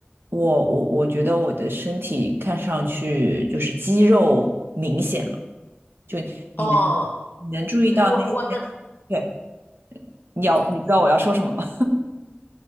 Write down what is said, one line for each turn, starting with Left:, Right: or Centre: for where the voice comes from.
Right: 我我我觉得我的身体看上去就是肌肉明显了，就你能
Left: 哦，
Right: 你能注意到那些，
Left: 对我我那
Right: 对，你要你知道我要说什么吗？
Left: 就